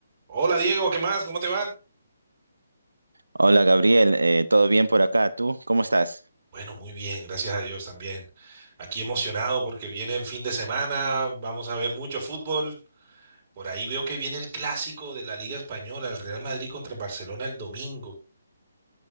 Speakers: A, on the right; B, on the right.
A: Hola Diego, ¿qué más? ¿Cómo te va?
B: Hola Gabriel, Eh, ¿todo bien por acá? ¿Tú cómo estás?
A: Bueno, muy bien, gracias a Dios también. Aquí emocionado porque viene el fin de semana, vamos a ver mucho fútbol. Por ahí veo que viene el clásico de la Liga Española, el Real Madrid contra el Barcelona el domingo.